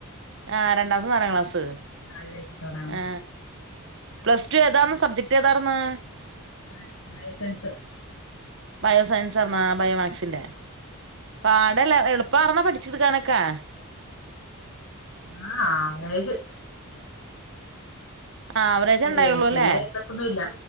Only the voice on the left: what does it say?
നാലിലേക്ക് പോണാണ്
ആ ബയോസയൻസ്
ആ ആവറേജ്
ഏപ്രില
ഏപ്ലസൊന്നും ഇല്ല